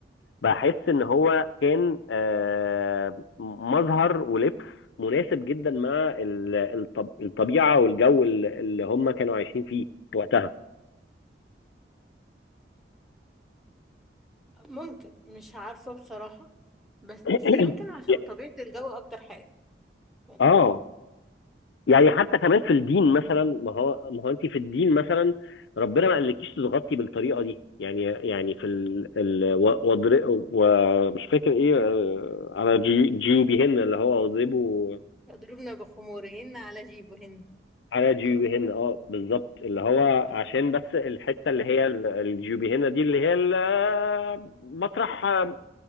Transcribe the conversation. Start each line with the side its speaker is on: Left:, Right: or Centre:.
Left: بحس ان هو كان آه، مظهر ولبس مناسب جدا مع ال- الطب- الطبيعه والجو اللي اللي هم كانوا عايشين فيه وقتها
Centre: <laughs> ممكن مش عارفة بصراحة بس
Left: <coughs>
Centre: يمكن عشان طبيعة الجو أكتر حاجة يعني
Left: اه يعني حتى كمان في الدين مثلا
Centre: مم.
Left: ما هو ما هو انت في الدين مثلا ربنا ما قالكيش تتغطي بالطريقه دي يعني يعني في ال ال و- واضر- ومش فاكر ايه آه، على جيو- جيوبهن اللي هو واضربوا
Centre: يضربن بخمورهن على جيبهن
Left: على جيوبهن
Centre: مم.
Left: اه بالظبط اللي هو
Centre: آه.
Left: عشان بس الحته اللي هي ال- الجيوبهن دي اللي هي ال- مطرح آه،